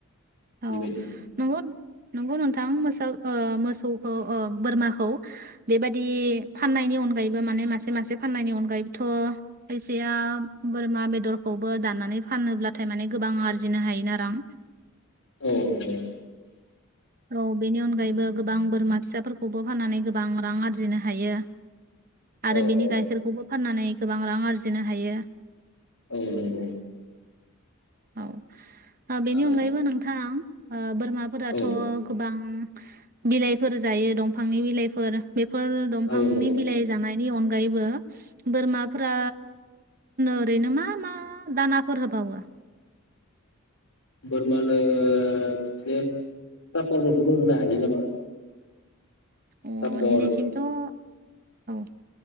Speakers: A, on the right; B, on the left.
A: औ
B: बेबायदि
A: नंगौ नंगौ नोंथां मोसे ओ मोसौखौ ओ बोरमाखौ बेबादि फाननायनि अनगायैबो माने मासे मासे फाननायनि अनगायैबोथ खायसाया बोरमा बेदरखौबो दाननानै फानोब्लाथाय माने गोबां आरजिनो हायोना रां।
B: औ औ
A: औ बेनि अनगायैबो गोबां बोरमा फिसाफोरखौबो फाननानै गोबां रां आरजिनो हायो। आरो
B: औ
A: बेनि
B: औ
A: गाइखेरखौबो फाननानै गोबां रां आरजिनो हायो।
B: औ नंगौ।
A: औ। बेनि
B: आरो
A: अनगायैबो नोंथां। ओ बोरमाफोर
B: औ
A: थ गोबां बिलाइफोर जायो दंफांनि बिलाइफोर। बेफोर दंफांनि
B: औ नंगौ
A: बिलाइ जानाय नि अनगायैबो बोरमाफ्रा ओरैनो, मा मा दानाफोर होबावो?
B: बोरमानो बिदिनो सापरफोरखौबो होनो हायो नामा।
A: अ
B: सापर
A: दिनैसिमथ औ